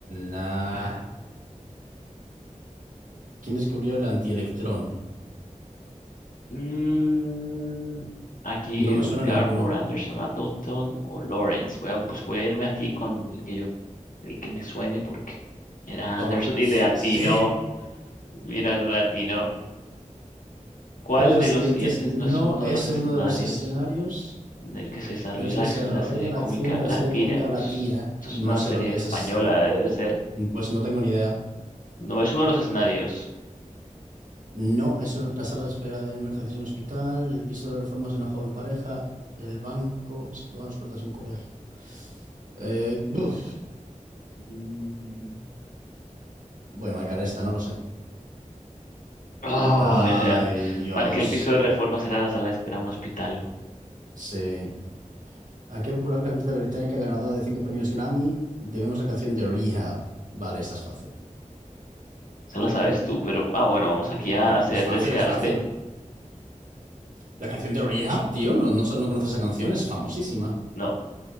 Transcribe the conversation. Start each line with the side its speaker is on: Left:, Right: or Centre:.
Right: Nah.
Left: <laughs>
Right: ¿Quién descubrió el antielectrón?
Left: Mm, aquí,
Right: No me suena
Left: Garbo,
Right: a ninguno.
Left: Anderson, Appleton o Lawrence. Voy a, pues voy a irme aquí con el que yo el que me suene porque era
Right: Toma.
Left: Anderson y le atinó.
Right: Sí.
Left: Mira, lo latino. ¿Cuál
Right: ¿Cuál de
Left: de
Right: los siguientes
Left: los siguientes
Right: no
Left: no es uno
Right: es
Left: de los escenarios
Right: uno de los escenarios
Left: en el que se desarrolla
Right: en los
Left: la
Right: que se
Left: acción
Right: desarrolla
Left: de la serie
Right: la
Left: cómica
Right: acción de
Left: La
Right: la serie
Left: Tira?
Right: cómica
Left: Bueno,
Right: La
Left: es-
Right: Tira?
Left: esto
Right: No
Left: es una
Right: sé
Left: serie
Right: lo que
Left: española,
Right: es esa serie.
Left: debe ser.
Right: Pues no tengo ni idea.
Left: No es uno de los escenarios.
Right: No, es un- la sala de espera de emergencias en un hospital, el piso de reformas de una joven pareja, el banco situado a las puertas de un colegio. Eh, buf.
Left: Mm.
Right: voy a marcar esta, no lo sé.
Left: Ah,
Right: Ay,
Left: era.
Right: Dios.
Left: Marque el piso de reforma será la sala de espera de un hospital.
Right: Sí. ¿A qué popular cantante británica ganadora de cinco premios Grammy debemos la canción de Rehab? Vale, esta es fácil.
Left: Esa la sabes tú, pero ah, bueno, vamos aquí
Right: Sí,
Left: a hacer
Right: es fácil,
Left: descarte.
Right: es fácil. La canción de Rehab, tío, no, no, no conoces esa canción, es famosísima.
Left: No.